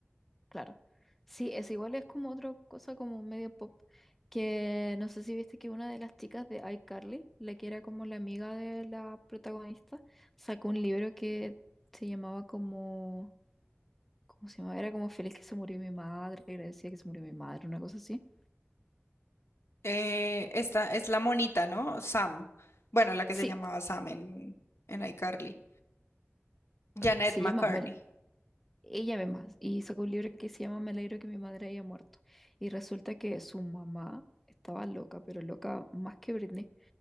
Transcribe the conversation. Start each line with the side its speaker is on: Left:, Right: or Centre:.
Centre: Claro. Sí, es igual, es como otra cosa como medio pop, que no sé si viste que una de las chicas de iCarly, la que era como la amiga de la protagonista, sacó un libro que se llamaba como, ¿cómo se llamaba? Era como Feliz que se murió mi madre, agradecida que se murió mi madre, una cosa así.
Left: Eh, esta es la monita, ¿no? Sam. Bueno, la que
Centre: Sí,
Left: se llamaba Sam en, en iCarly. Janet
Centre: se
Left: McCartney.
Centre: llama, me- ella misma, y sacó un libro que se llama Me alegro que mi madre haya muerto. Y resulta que su mamá estaba loca, pero loca más que Britney